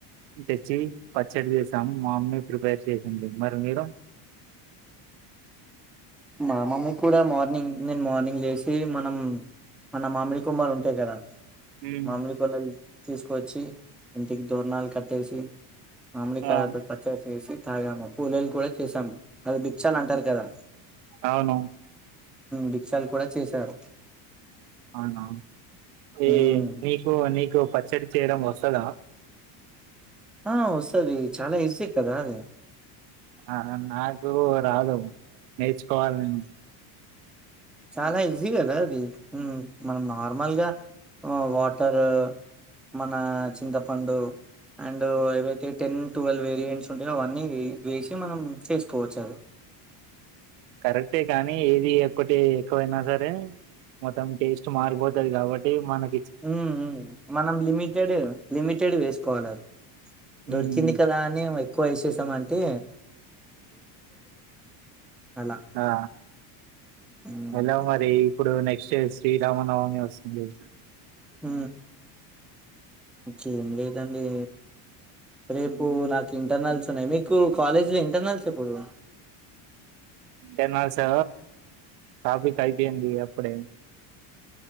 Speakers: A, on the right; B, in the centre.
A: తెచ్చి పచ్చడి చేసాం మా మమ్మీ ప్రిపేర్ చేసింది మరి మీరు
B: మామమ్మ కూడా మార్నింగ్ నేను మార్నింగ్ లేసి మనం మన మామిడి కుమ్మలు ఉంటాయి కదా
A: మ్మ్.
B: మామిడి కొలా తీసుకవచ్చి ఇంటికి దోరణాలు కట్టేసి మామిడి కాయలతొపచ్చడి
A: ఆ
B: చేసి తాగామ్మా పూలేలు కూడా చేసాము అది బిక్షాలు అంటారు కదా <unintelligible>
A: అవును
B: భిక్షాలు కూడా చేశారు
A: అవునా ఏ
B: హ్మ్
A: నీకు నీకో పచ్చడి చేయడం వస్తుదా
B: ఆ వస్తుంది చాలా ఈజీ కదా అది
A: ఆ నాకు రాదు నేర్చుకోవాలి నేను
B: చాలా ఇజీ కదా అది మనం నార్మల్ గా వాటర్ మన చింతపండు అండ్ ఏవైతే టెన్ ట్వెల్వ్ పంట్స్ ఉంటాయి అవన్నీ వేసి మనం చేసుకోవచ్చు అది
A: కరెక్టే కానీ ఏది ఒక్కటి ఎక్కువైనా సరే మొత్తం టేస్ట్ మారిపోతది కాబట్టి మనకు
B: మ్ మ్ మనం లిమిటెడ్ లిమిటెడ్ వేసుకోవాలి
A: హ్మ్.
B: దొరికింది కదా అని పోయేసేసాం అంటే అలా
A: ఆ
B: హ్మ్
A: ఎలా మరి ఇప్పుడు నెక్స్ట్ శ్రీరామన్ నవాంగ వం <unintelligible>
B: హ ఇకేం లేదండి రేపు నాకు ఇంటర్నల్స్ ఉన్నాయి మీకు కాలేజ్ లో ఇంటర్నల్స్ ఎప్పుడు
A: ఎన్ మా సో కాఫీ కాయిపోయింది అప్పుడే